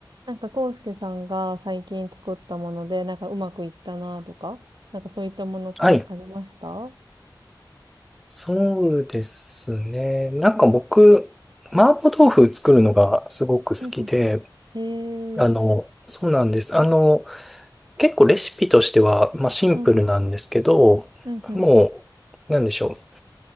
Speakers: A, on the right; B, in the centre.
A: なんか、コウスケさんが最近作ったもので、なんかうまくいったなとか、なんかそういったものってありましたう
B: はい。そうですね。なんか僕、麻婆豆腐作るのがすごく好きで、
A: んうん。へえ。
B: あの、そうなんです。あの、結構レシピとしては、まあシンプルなんですけど、
A: うんうん。うんうん。
B: もう、なんでしょ